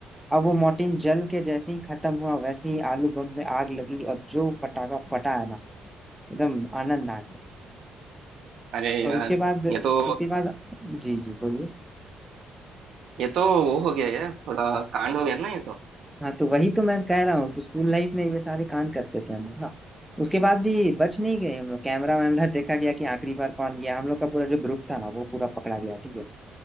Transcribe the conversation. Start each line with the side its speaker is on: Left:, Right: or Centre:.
Centre: अब वो मॉर्टिन जल के जैसे ही खत्म हुआ वैसे ही आलू बम में आग लगी और जो फटाका फटा है ना एकदम आनंद आ गया
Right: अरे
Centre: और
Right: यार
Centre: उसके बाद
Right: ये तो
Centre: उसके बाद जी जी बोलिए
Right: ये तो वो हो गया यार थोड़ा कांड हो गया ना ये तो
Centre: हाँ तो वही तो मैं कह रहा हूँ स्कूल लाइफ में ये सारे कांड करते थे हम लोग ना उसके बाद भी बच नहीं गए हम लोग कैमरा वैमरा देखा गया कि आखिरी बार कौन गया हम लोग का पूरा जो ग्रुप था ना वो पूरा पकड़ा गया ठीक है